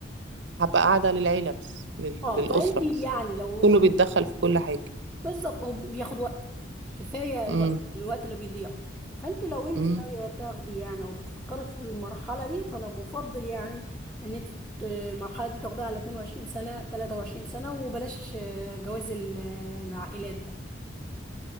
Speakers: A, on the right; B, in the centre.
A: هبقى قاعده للعيله بس لل...
B: اه
A: للاسره
B: فانت يعني
A: بس
B: لو
A: كله بيتدخل في كل حاجه
B: بالظبط وبياخد وقتك كفايه الوقت
A: امم
B: الوقت اللي بيضيع فانت لو انت
A: امم
B: ناويه تاخدي يعني وبتفكري في المرحله دي فانا بفضل يعني ان انت ت- المرحله دي تاخديها على 22 سنه 23 سنه وبلاش آه، جواز ال- العائلات ده